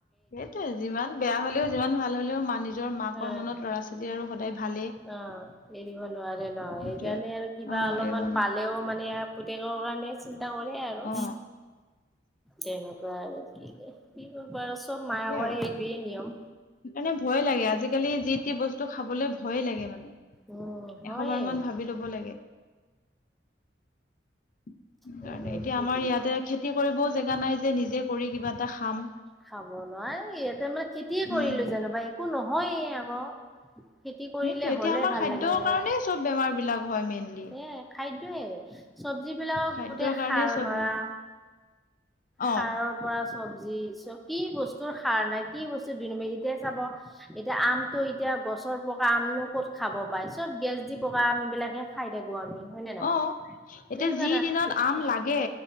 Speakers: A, on the left; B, in the centre.
A: সেইটোৱে যিমান বেয়া হ'লেও যিমান ভাল হলেও মা নিজৰ মাকৰ
B: অ
A: মনত ল'ৰা- ছোৱালী আৰু সদায় ভাল
B: অ', এৰিব নোৱাৰে ন'
A: সেইটোৱে
B: সেইকাৰণে আৰু কিবা
A: অ
B: অলপমান
A: এৰিব নোৱাৰে
B: পালেও মানে পুতেকৰ কাৰণে চি চিন্তা কৰে আৰু
A: অ
B: তেনেকুৱা আৰু কি কি কৰিব আৰু চব
A: তাকেই
B: মায়াকৰে
A: আৰু সেইকাৰণে
B: এইটোৱে নিয়ম
A: ভয় লাগে আজিকালি যি যিটি বস্তু খাবলৈ ভয়ে লাগে মানে
B: উম হয়ে
A: এশবাৰ মান ভাবি ল'ব লাগে। সেইকাৰণে
B: হয়
A: এতিয়া
B: কি
A: আমাৰ
B: কৰিব
A: ইয়াতে খেতি কৰিবও জেগা নাই যে নিজে কৰি কিবা এটা খাম।
B: খাব নোৱাৰি ইহঁতে মানে খেতিয়ে কৰিলোঁ
A: উম
B: জানো বা একো নহয়ে আকৌ খেতি কৰিলে
A: সেইটোৱে এতিয়া
B: হ'লে
A: আমাৰ
B: ভাল
A: খাদ্যৰ
B: লাগে
A: কাৰণেই চব বেমাৰ বিলাক হয় মেইনলি
B: এহ খাদ্যয়ে চবজি বিলাক
A: খাদ্যৰ
B: গোটেই
A: কাৰণেই
B: সাৰ
A: চব
B: মাৰা।
A: বে- অ
B: সাৰৰ পৰা চবজি চ, কি বস্তুৰ সাৰ নাই কি বস্তুৰ দুই নম্বৰ এতিয়াই চাব এতিয়া আমটো এতিয়া গছৰ প পকা আমনো ক'ত খাব পাই, চব গেছ দি পকা আম বিলাকে খাই থাকো আমি হয় নে নহয়?
A: অ
B: তেনেকুৱা
A: এতিয়া যি
B: ধৰ
A: দিনত আম লাগে